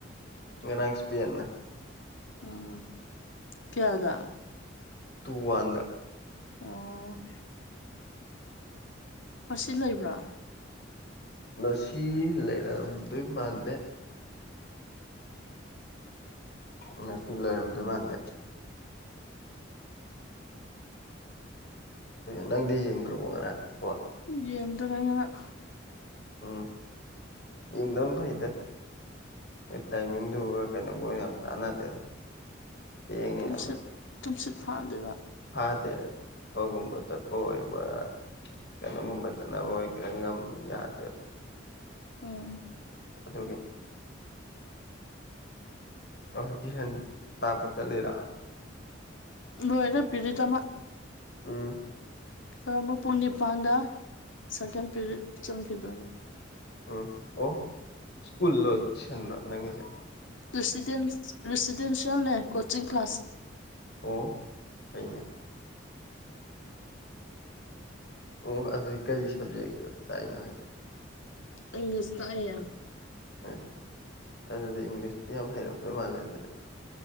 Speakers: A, on the left; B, on the left.
A: ꯉꯔꯥꯡ ꯏꯁꯄꯦꯟꯅ
B: ꯎꯝ ꯀꯌꯥꯗꯥ
A: ꯇꯨ ꯋꯥꯟꯗ
B: ꯑꯣ ꯉꯁꯤ ꯂꯩꯕ꯭ꯔꯥ
A: ꯉꯁꯤ ꯂꯩꯔꯝꯗꯣꯏ ꯃꯥꯟꯗꯦ ꯉꯁꯤ ꯂꯩꯔꯝꯗꯣꯏ ꯃꯥꯟꯗꯦ ꯅꯪꯗꯤ ꯌꯦꯡꯗ꯭ꯔꯕꯣ ꯉꯔꯥꯡ ꯕꯣꯜ
B: ꯌꯦꯡꯗꯔꯦ ꯑꯩ ꯉꯔꯥꯡ
A: ꯎꯝ ꯌꯦꯡꯗꯝ ꯐꯩꯗ ꯃꯣꯏ ꯇꯥꯏꯃꯤꯡꯗꯨꯒ ꯀꯩꯒ ꯌꯥꯝ ꯆꯥꯟꯅꯗꯦꯗ ꯊꯦꯡꯉꯦ
B: ꯇꯨꯝꯁꯤꯠ
A: ꯌꯥꯝꯅ
B: ꯇꯨꯝꯁꯤꯠ ꯐꯥꯗꯦꯕ
A: ꯐꯥꯗꯦ ꯊꯕꯒꯨꯝꯕ ꯆꯠꯄ ꯑꯣꯏꯕ ꯀꯩꯅꯣꯒꯨꯝꯕ ꯆꯠꯅꯕ ꯑꯣꯏ ꯂꯩꯉꯝ ꯌꯥꯗꯦꯕ
B: ꯎꯝ
A: ꯑꯗꯨꯒꯤ ꯑꯣꯏ ꯇꯨꯏꯁꯟ ꯇꯥꯛꯄ ꯆꯠꯂꯤꯔꯣ
B: ꯂꯣꯏꯔꯦ ꯄꯤꯔꯤꯠ ꯑꯃ
A: ꯎꯝ
B: ꯍꯣꯔꯦꯟ ꯑꯃ ꯄꯨꯡ ꯅꯤꯄꯥꯟꯗ ꯁꯦꯀꯦꯟ ꯄꯤꯔꯤꯠ ꯆꯪꯈꯤꯗꯣꯏꯕ
A: ꯎꯝ ꯑꯣ ꯁ꯭ꯀꯨꯜꯂꯣ ꯇꯨꯏꯁꯟꯂꯣ ꯅꯪꯒꯤꯁꯦ
B: ꯔꯦꯁꯤꯗꯦꯟꯁ ꯔꯦꯁꯤꯗꯦꯟꯁꯤꯌꯦꯜꯅꯦ ꯀꯣꯆꯤꯡ ꯀ꯭ꯂꯥꯁ
A: ꯑꯣ ꯑꯩꯅꯦ ꯑꯣ ꯑꯗꯨꯏ ꯀꯩ ꯁꯕꯖꯦꯛꯇ ꯇꯥꯛ ꯏꯅꯣ ꯍꯥꯏꯖꯦ
B: ꯏꯪꯂꯤꯁ ꯇꯥꯛ ꯏꯌꯦ
A: ꯑꯁ ꯑꯗꯨꯗꯤ ꯏꯪꯂꯤꯁꯇꯤ ꯌꯥꯝ ꯍꯩꯔꯝꯗꯣꯏ ꯃꯥꯜꯂꯦ ꯑꯗꯨꯗꯤ